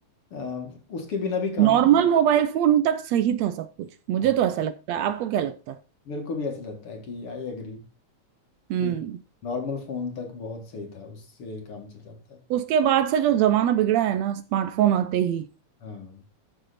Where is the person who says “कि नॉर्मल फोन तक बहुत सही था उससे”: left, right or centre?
Left